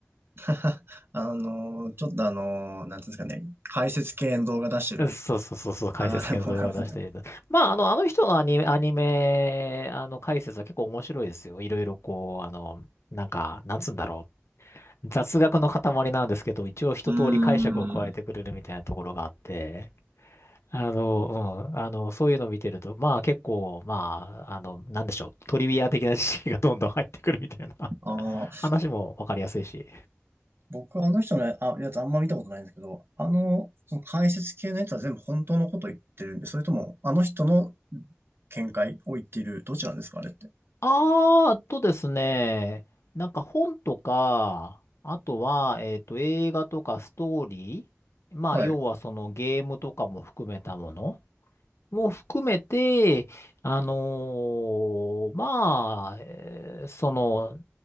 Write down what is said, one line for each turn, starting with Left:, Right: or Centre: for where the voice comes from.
Right: <laughs> あのー、ちょっとあのー、なんていうんですかね、解説系の動画出してる。
Left: <laughs> そうそうそう、そう、解説系の動画出してる人。
Right: ああ、なるほどなるほど。
Left: まあ、あの、あの人のアニメ、アニメ、あの、解説は結構面白いですよ。いろいろこう、あの、なんか、なんつうんだろう。雑学の塊なんですけど、一応一通り解釈を加えてくれるみたいなところがあって、
Right: うーん。
Left: あの、うん、あの、そういうのを見てると、まあ結構、まあ、あの、なんでしょう、トリビア的な知識がどんどん入ってくるみたいな。
Right: あ
Left: 話もわかりやすいし。
Right: 僕はあの人のあやつあんま見たことないんですけど、あの、その解説系のやつは全部本当のこと言ってるんで、それともあの人の見解を言っている、どちらですか、あれって。
Left: あー、あとですね、なんか本とか、あとは、えっと、映画とかストーリー、まあ、
Right: はい。
Left: 要はそのゲームとかも含めたもの
Right: あ
Left: も含めて、あのーまあ、えーその、